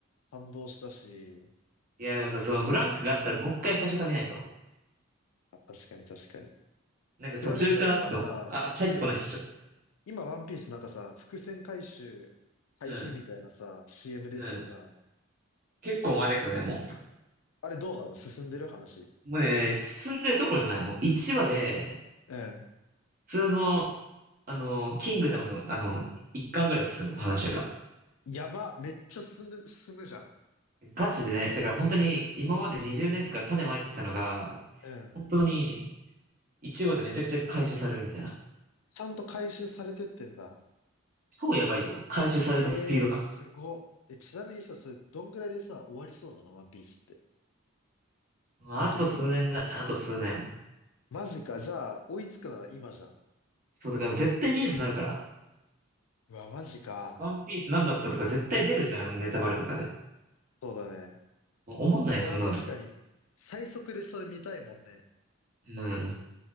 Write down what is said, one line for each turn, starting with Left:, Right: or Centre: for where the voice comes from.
Left: 感動したし。
Right: いや、でもさ、そのブランクがあったらもう一回最初から見ないと。
Left: あ、確かに確かに。
Right: なんか途中からって言っても、
Left: ちなみにさ、今さ、
Right: あ、帰ってこないでしょ。
Left: 今、ワンピースなんかさ、伏線回収開始みたいなさ、
Right: うん、
Left: CM 出てたじゃん。
Right: うん。結構前だけどね、も
Left: あれどうなの進んでる話。
Right: う。もうね、進んでるところじゃない。もう一話で、
Left: うん。
Right: 普通の、あの、キングダムの、あの、1巻ぐらい進む話が。
Left: やば、めっちゃ進む、進むじゃん。
Right: ガチでね、だから本当に今まで20年間種まいてきたのが、
Left: うん。
Right: 本当に一話でめちゃくちゃ回収されるみたいな。
Left: ちゃんと回収されてってんだ。
Right: 超やばいよ。回収されるのスピードが。
Left: えー、すご。え、ちなみにさ、それ、どんぐらいでさ、終わりそうなのワンピースって。
Right: まあ、
Left: 完結。
Right: あと数年じゃないあと数年。
Left: マジか。じゃあ、追いつくなら今じゃん。
Right: そう、だから絶対ニュースになるから。
Left: うわ、マジか。
Right: ワンピースなんだったとか絶対出るじゃん、ネタバレとかで。
Left: そうだね。
Right: もう思んないよ、
Left: うわ、
Right: そんなんだって
Left: 確かに。最速でそれ見たいもんね。
Right: うん。